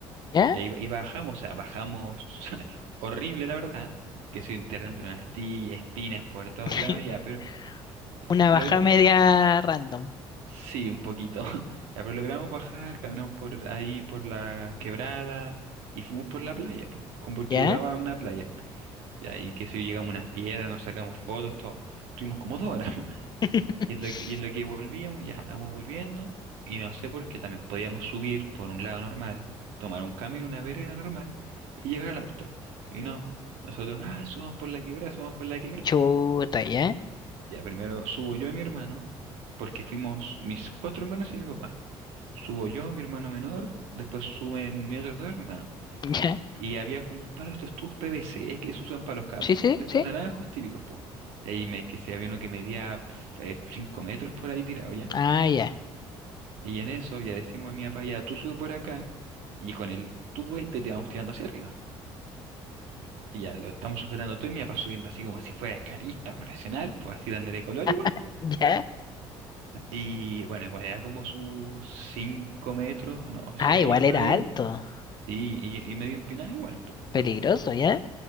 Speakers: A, on the left; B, on the right.
A: ¿Ya?
B: Y ahí ba- y bajamos, o sea, bajamos <laughs> horrible, la verdad, que se enterran de unas astillas, espinas por todos
A: <laughs>
B: lados, ya, pero
A: Una
B: logramos
A: baja media
B: bajar.
A: random.
B: Sí, un poquito. <laughs> Ya, pero logramos bajar, caminamos por ahí, por la quebrada y fuimos por la playa, po, como porque
A: ¿Ya?
B: daba una playa. Ya, y que si llegamos a unas piedras, nos sacamos fotos, todo. Estuvimos como dos horas. <laughs>
A: <laughs>
B: Y en lo que, y en lo que volvíamos, ya estábamos volviendo. Y no sé por qué también podíamos subir por un lado normal, tomar un camino, una vereda normal y llegar al auto. Y no, nosotros, ah, subamos por la quebrada, subamos por la quebrada.
A: Chuta, ¿ya?
B: Ya primero subo yo y mi hermano, porque fuimos mis cuatro hermanos y mi papá. Subo yo, mi hermano menor, después suben mis otros dos hermanos.
A: <laughs> ¿Ya?
B: Y había como un palo de estos tubos PVC que se usan para los cables,
A: Sí, sí,
B: de estos
A: sí.
B: naranjos típicos, pues. Y ahí me, que se había uno que medía 5 metros por ahí tirado ya.
A: Ah, ya.
B: Y en eso ya decimos a mi papá, ya tú sube por acá y con el tubo este te vamos tirando hacia arriba. Y ya lo estamos sujetando todo y mi papá subiendo así como si fuera escalista profesional, pues así dándole color igual,
A: <laughs> ¿Ya?
B: Y bueno, igual era como sus 5 metros, no,
A: Ah,
B: 6
A: igual
B: por
A: era
B: ahí.
A: alto.
B: Sí, y, y medio empinada igual, po.
A: Peligroso, ¿ya?